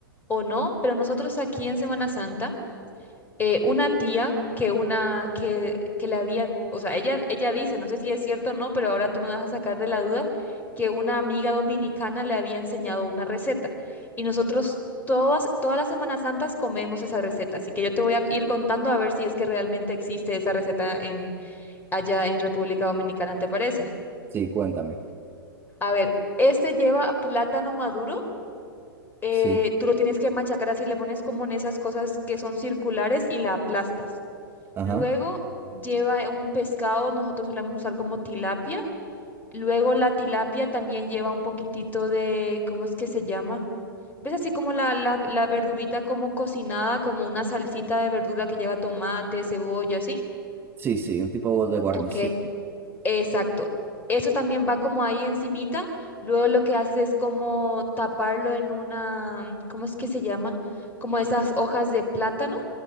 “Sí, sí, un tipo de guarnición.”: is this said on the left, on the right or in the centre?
Right